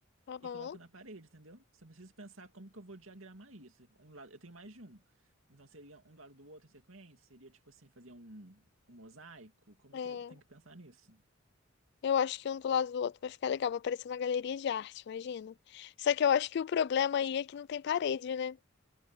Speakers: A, on the left (about 55°); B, on the right (about 90°).
A: Aham,
B: e coloco na parede, entendeu? Só preciso pensar como que eu vou diagramar isso. Um lado, eu tenho mais de um. Então seria um do lado do outro em sequência? Seria tipo assim, fazer um, um mosaico? Como
A: é.
B: que eu tenho que pensar nisso?
A: Eu acho que um do lado do outro vai ficar legal, vai parecer uma galeria de arte, imagina. Só que eu acho que o problema aí é que não tem parede, né?